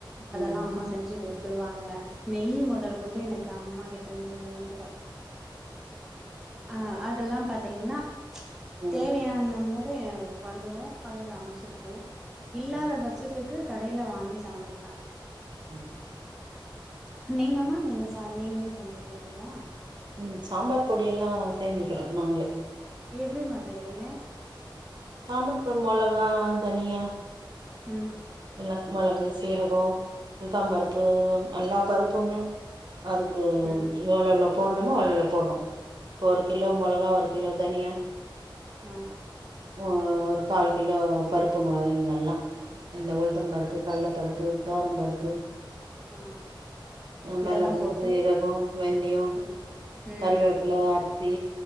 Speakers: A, in the centre; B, on the right.
A: அதெல்லா
B: ம்
A: அம்மா செஞ்சு குடுத்துருவாங்க நெய்யி மொதல் கொண்டு எனக்கு அம்மா கிட்டருந்து வந்துடு ஆ அதெல்லா பாத்தீங்கன்னா
B: ம் ம்
A: தேவயானம்மோது வந்துரு அத சமச்சிப்போ இல்லாத
B: ம்.
A: பட்சத்துக்கு கடைல வாங்கி சமைப்பே
B: ம் ஹும்
A: நீங்க மா நீங்க ச நீங்ளே செஞ்சுக்றீங்களா
B: ம் சாம்பார் பொடியெல்லா செஞ்சுக்கிறோ நாங்ளே
A: இது எப்டிமா செய்றீங்க
B: சாம்பார் பொடி மொளகா தனியா
A: ம்
B: இல்ல மொளகு சீரகோ உளுத்தம் பருப்பு எல்லா பருப்புகளு அதுக்கு
A: ம்
B: எவ்ளோலோ போட்னுமோ அவ்ளோலோ போட்றோ இப்போ ஒரு கிலோ மொளகா ஒரு கிலோ தனியா
A: ஆ
B: ஆ ஒரு கால் கிலோ பருப்பு வகைங்கள்லா இந்த உளுத்தம் பருப்பு கல்ல பருப்பு தோரம் பருப்பு
A: ஆ
B: மெளகு
A: இதெல்லா போட்டு
B: சீரகோ வெந்தியோ
A: ம் ம்
B: கருவேப்பில அரிசி